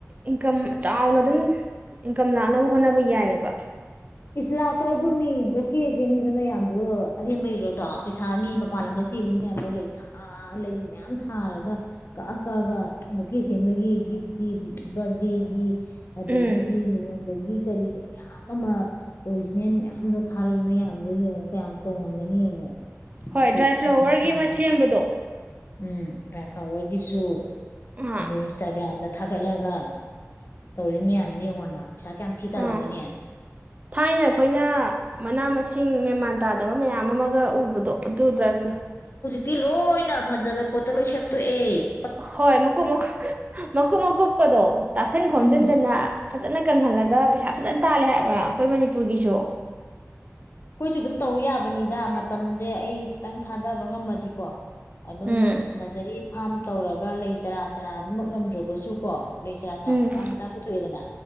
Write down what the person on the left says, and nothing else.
ꯂꯥꯛꯄꯣꯏꯕ ꯃꯤ ꯕꯣꯀꯦ ꯁꯦꯝꯃꯤꯕ ꯃꯌꯥꯝꯗꯣ ꯑꯔꯦꯝꯕꯩꯔꯣꯗꯣ ꯄꯩꯁꯥ ꯃꯤ ꯃꯄꯥꯟ ꯂꯝꯗ ꯆꯦꯜꯂꯤ ꯃꯌꯥꯝꯗꯣ ꯂꯩ ꯊꯥ ꯂꯩ ꯃꯌꯥꯝ ꯊꯥꯔꯒ ꯀꯛꯑ ꯀꯛꯑꯥꯒ ꯕꯨꯀꯦ ꯁꯦꯝꯦꯕꯒꯤ ꯒꯤꯐꯀꯤ ꯕꯥꯔꯗꯦꯒꯤ ꯑꯗꯒꯤꯗꯤ
ꯂꯨꯍꯣꯡꯕꯒꯤ ꯀꯂꯤꯒꯤ ꯃꯌꯥꯝ ꯑꯃ ꯑꯣꯔꯤꯖꯤꯅꯦꯜ ꯃꯌꯥꯝꯗꯣ ꯊꯥꯔꯛꯏ ꯃꯌꯥꯝꯗꯣ ꯌꯦꯡꯉꯨ ꯀꯌꯥꯝ ꯇꯣꯡꯉꯝꯒꯅꯤ ꯌꯦꯡꯉꯣ
ꯐꯩꯗꯣꯝ
ꯐꯩꯗꯣꯝ ꯊꯥꯔꯒ
ꯎꯝ ꯗꯔꯥꯏ ꯐꯂꯥꯥꯋꯔꯥꯒꯤꯁꯨꯨ
ꯑꯗꯨ ꯏꯟꯁꯇꯥꯒ꯭ꯔꯥꯝꯗ ꯊꯥꯒꯠꯂꯒ ꯇꯧꯔꯤ ꯃꯌꯥꯝꯗꯤ ꯌꯦꯡꯉꯣꯅ ꯄꯩꯁꯥ ꯀꯌꯥꯝ ꯊꯤ ꯇꯥꯂꯝꯒꯅꯤ
ꯇꯤ ꯂꯣꯏꯅ ꯐꯖꯕ ꯄꯣꯠꯇ ꯂꯣꯏꯅ ꯁꯦꯝꯇꯣꯛꯑꯦ
ꯎꯝ
ꯑꯩꯈꯣꯏꯁꯨ ꯑꯗꯨꯝ ꯇꯧ ꯌꯥꯕꯅꯤꯗ ꯃꯇꯝꯁꯦ ꯑꯩ ꯈꯤꯇꯪ ꯊꯥꯗꯕ ꯉꯝꯃꯗꯤꯀꯣ ꯑꯗꯨꯝ
ꯅꯥꯖꯔꯤ ꯐꯥꯝ ꯇꯧꯔꯒ ꯂꯩꯖꯔꯥ ꯀꯅꯥ ꯑꯗꯨꯃꯛ ꯅꯝꯗ꯭ꯔꯒꯁꯨ ꯀꯣ ꯂꯩ ꯆꯔꯥ ꯆꯥ
ꯃꯆꯥ ꯃꯆꯥ ꯄꯨꯊꯣꯛꯑꯦꯗꯅ